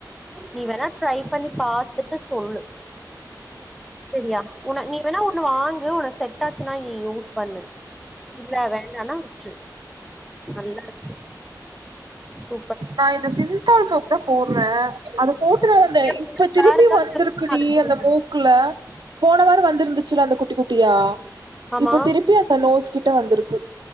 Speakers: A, in the centre; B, on the right.
A: நீ வேணா ட்ரைப் பண்ணி பாத்துட்டு சொல்லு சரியா உன நீ வேணா ஒண்ணு வாங்கு உனக்கு செட்டாச்சுனா நீ யூஸ் பண்ணு இல்ல வேண்டானா விட்று நல்லாருக்கு சூ
B: நா இந்த சிந்தால் சோப்தா போட்ற அத போட்டுத வந்த
A: ஏ-
B: இப்ப
A: உனக்கு
B: திருப்பி
A: வேற ஏதாவது
B: வந்திருக்குடி
A: இருக்குன்னா அதை சொல்லு.
B: அந்த மூ க்குல போனவாரோ வந்திருந்துச்சுல்ல அந்த குட்டி குட்டியா
A: ஆமா
B: இப்ப திருப்பி அந்த நோஸ் கிட்ட வந்திருக்கு